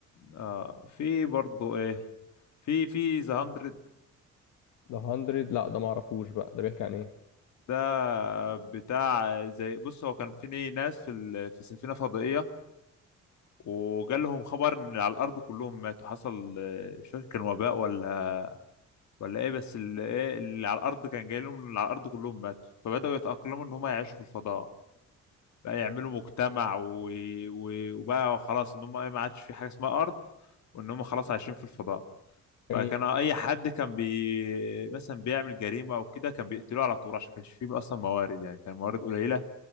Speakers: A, on the left; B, on the left.
A: اه في برضه ايه في في ذا 100
B: ده 100 لا ده ما اعرفوش بقى ده بيحكي عن ايه
A: ده بتاع زي بص هو كان في ناس في ال- في سفينة فضائية وجالهم خبر ان اللي على الارض كلهم ماتوا حصل آه، مش فاكر كان وباء ولا ولا ايه بس اللي ايه اللي على الارض كان جاي لهم ان اللي على الارض كلهم ماتوا فبداوا يتاقلموا ان هم يعيشوا في الفضاء بقى يعملوا مجتمع و... و... وبقى خلاص ان هم ايه ما عادش في حاجه اسمها ارض وان هم خلاص عايشين في الفضاء فكان
B: جميل
A: اي حد كان بي مثلا بيعمل جريمه او كده كان بيقتلوه على طول عشان كانش فيه اصلا موارد يعني كان موارد قليله